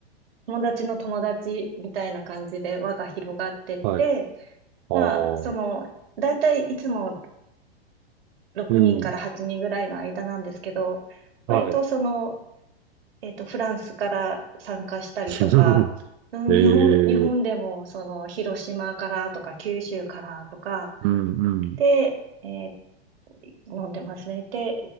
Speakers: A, on the right; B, on the right.
A: 友達の友達みたいな感じで輪が広がってって、
B: はい。ああ。
A: まあ、その、だいたいいつも6人から8人ぐらいの間なんですけど、
B: うん。はい。
A: 割とその、えっと、フランスから参加したりとか、
B: <laughs>
A: うん日本、
B: え
A: 日本でも、
B: え、
A: その、広島からとか、九州からとか、
B: うん、うん、
A: で、えー飲んでますね。で、